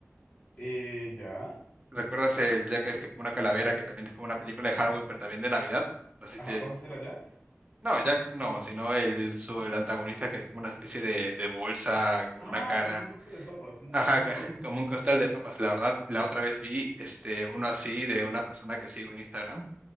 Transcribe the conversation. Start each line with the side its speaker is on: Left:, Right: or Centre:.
Left: Eh, ya.
Right: ¿Recuerdas el Jack es que como una calavera que también es como una película de Halloween, pero también de Navidad? No sé si
Left: Ajá,
Right: te-
Left: ¿vas a hacer a Jack?
Right: No, Jack no, sino el, su, el antagonista que es como una especie de, de bolsa con
Left: Ah,
Right: una cara.
Left: como un bulto de papas, como
Right: Ajá,
Left: un costal
Right: ca-
Left: de papas.
Right: <laughs> como un costal de papas. La verdad, la otra vez vi este, uno así de una persona que sigo en Instagram